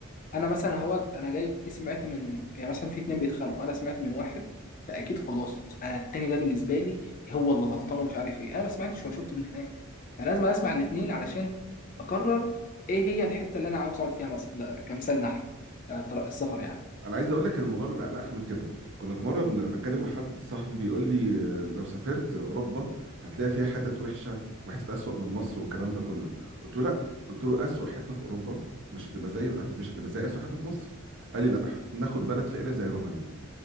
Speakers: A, on the left; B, on the right.
A: انا مثلا هو انا جاي سمعت من يعني مثلا في اتنين بيتخانقوا انا سمعت من واحد فاكيد خلاص انا التاني ده بالنسبه لي هو اللي غلطان ومش عارف ايه انا ما سمعتش ولا شفت من هناك فلازم اسمع الاتنين علشان اقرر ايه هي الحته اللي انا عاوز اقعد فيها مثلا ده كمثال نحل كطرق السفر يعني
B: انا عايز اقول لك الموضوع بيبقى انقح من كده كنا في مره بن- بتكلم مع حد صاحبي بيقول لي آه، لو سافرت اوروبا هتلاقي فيها حتت وحشه وحتت اسوأ من مصر والكلام ده كله قلت له لا قلت له اسوأ حته في اوروبا مش هتبقى زي هت- مش هتبقى زي اسوأ حته في مصر قال لي لا ناخد بلد فقيره زي رومانيا